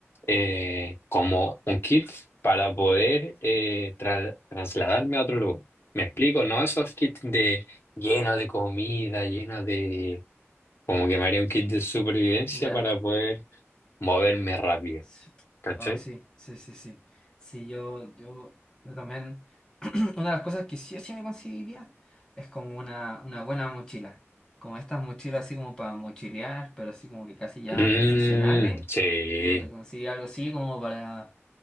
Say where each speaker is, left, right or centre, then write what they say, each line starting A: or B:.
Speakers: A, on the left; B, on the left.
A: eh, como un kit para poder eh, tra- trasladarme a otro lugar. ¿Me explico? No esos kits de lleno de comida, lleno de... Como que me haría un kit de supervivencia
B: Ya.
A: para poder moverme rápido.
B: Sí.
A: ¿Cachai?
B: No, sí, sí, sí, sí. Sí, yo, yo, yo también. <clears throat> Una de las cosas que sí o sí me conseguiría es como una, una buena mochila. Como estas mochilas así como para mochilear, pero así como que casi ya
A: Mm,
B: profesionales.
A: sí.
B: Yo te conseguí algo así como para.